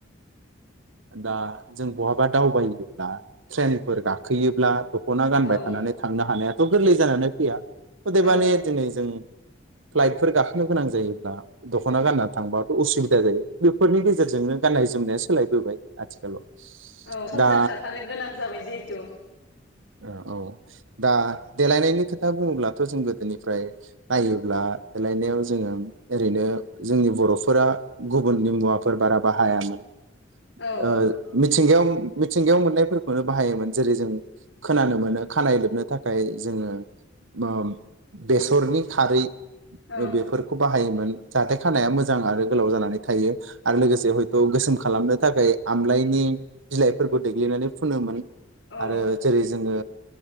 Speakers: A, on the right; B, on the left.
A: दा जों बहाबा दावबायोब्ला ट्रेनफोर गाखोयोब्ला दखना गानबाय
B: औ
A: थानानै थांनो हानाया थ' गोरलै जानानै फैया
B: औ
A: अदेबानि दिनै जों फ्लाइटफोर गाखोनो गोनां जायोब्ला दख'ना गानना थांबाथ' उसुबिदा जायो बेफोरनि गेजेरजोंनो गान्नाय जोमनाया सोलायबोबाय आथिखालाव
B: औ समजों
A: दा
B: खारफानो गोनां जाबाय जिहेथु
A: औ औ दा देलायनायनि खोथा बुङोब्लाथ' जों गोदोनिफ्राय नायोब्ला देलायनायाव जोङो ओरैनो जोंनि बर'फोरा गुबुननि मुवाफोर बारा बाहायामोन
B: औ
A: ओ मिथिंगायाव मिथिंगायाव मोननायफोरखौनो बाहायोमोन जेरै जों खोनानो मोनो खानाय लोबनो थाखाय जोङो बेसरनि खारै
B: औ
A: बेफोरखौ बाहायोमोन जाहाथे खानाया मोजां आरो गोलाव जानानै थायो आरो लोगोसे हयथ' गोसोम खालामनो थाखाय आमलायनि बिलाइफोरखौ देग्लिनानै फुनोमोन
B: औ
A: आरो जेरै जोङो